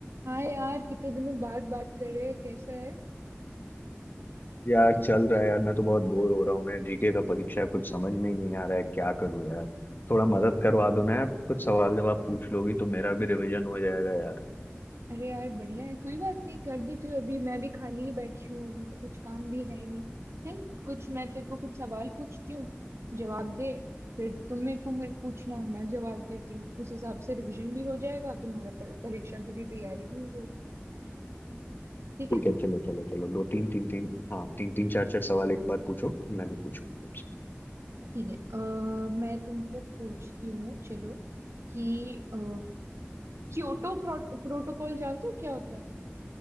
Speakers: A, on the right; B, on the left.
A: हाँ यार कितने दिनों बाद बात कर रहे हैं कैसा है
B: यार चल रहा है यार मैं तो बहुत बोर हो रहा हूँ मैं जीके का परीक्षा है, कुछ समझ में ही नहीं आ रहा है क्या करूँ यार थोड़ा मदद करवा दो ना यार कुछ सवाल जवाब पूछ लोगी तो मेरा भी रिवीजन हो जाएगा यार
A: अरे यार बढ़िया है कोई बात नहीं कर देती हूँ अभी मैं भी खाली ही बैठी हूँ अभी तो कुछ काम भी है नहीं चल कुछ मैं तेरे को कुछ सवाल पूछती हूँ जवाब दे फिर तुम मेरे को मेरे पूछना मैं जवाब देती हूँ उस हिसाब से रिवीजन भी हो जाएगा तुम्हारा पर, परीक्षा के लिए तैयारी भी हो जाएगी ठीक
B: ठीक
A: है
B: है चलो चलो चलो दो तीन तीन तीन हाँ तीन तीन चार चार सवाल एक बार पूछो फिर मैं भी पूछूंगा तुमसे
A: ठीक है अ, मैं तुमको पूछती हूँ चलो कि अ, क्योटो प्रोटोकॉल जानते हो क्या होता है